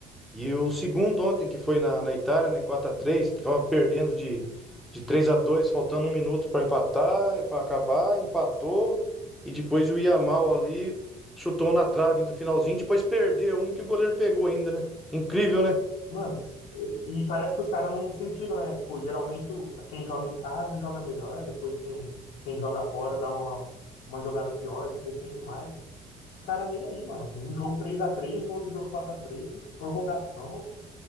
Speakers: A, in the centre; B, on the left.
A: E o segundo ontem, que foi na, na Itália, né? 4x3, tava perdendo de, de três a dois faltando um minuto para empatar, para acabar, empatou. E depois o Yamal ali chutou na trave no finalzinho, depois perdeu um que o goleiro pegou ainda, né? Incrível, né?
B: Mano, e parece que os caras não sentiram, né? Tipo, geralmente o, quem joga em casa joga melhor, depois quem, quem joga fora dá uma, uma jogada pior, se defende mais. Os caras nem aí, mano. Um jogo três a três no outro jogo quatro a três prorrogação.